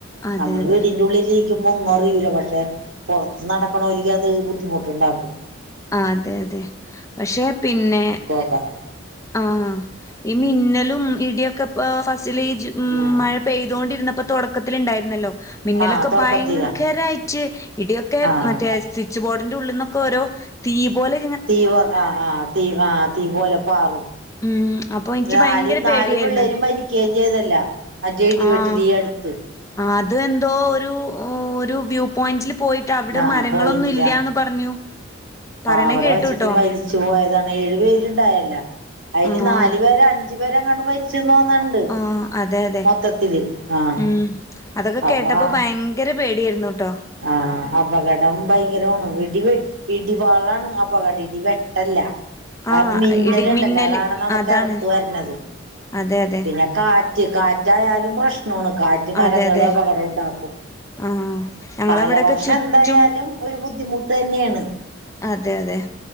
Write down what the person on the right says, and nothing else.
നമ്മള്
വീടിന്റെ ഉള്ളില് രിക്കുമ്പോ ഒന്നും അറിയൂല പക്ഷേ പൊറത്ത് നടക്കണ ഓര്ക്ക് അത് ബുദ്ധിമുട്ട് ഇണ്ടാക്കും.
<unintelligible>
ആഹ്
ആഹ് തുടക്കത്തിലാ
ആഹ്
തീ പോ ആഹ് ആഹ് തീ ആഹ് തീ പോലെ പാറും.
നാല്
നാല്
പിള്ളേര് മരിക്കുകയും ചെയ്തല്ല മറ്റേ ഇടിവെട്ടില്
ഈ അടുത്ത്.
ആഹ്
പോയിന്റിലാ
ആഹ് അവടെ
വച്ചിട്ട് മരിച്ചു പോയതാണ് ഏഴു പേരുണ്ടായല്ല. അയില്
നാലു പേരെ അഞ്ചു പേരെങ്ങാണ്ട് മരിച്ചു തോന്നണ്ട്
മൊത്തത്തില് ആഹ്
അപ്പൊ
ആഹ് അപകടം ഭയങ്കരവാണ് ഇടി വേ ഇടിവാളാണ് അപകടം ഇടി വെട്ടല്ല.
ആ മിന്നലുണ്ടല്ലോ
അതാണ് നമുക്ക്
എറ്ത്ത് വരണത്.
പിന്നെ കാറ്റ് കാറ്റായാലും പ്രശ്നവാണ്. കാറ്റ് മരങ്ങള്
അപകടം ഉണ്ടാക്കും.
കാലവർഷം
എന്തായാലും ഒരു ബുദ്ധിമുട്ട് തന്നെയാണ്.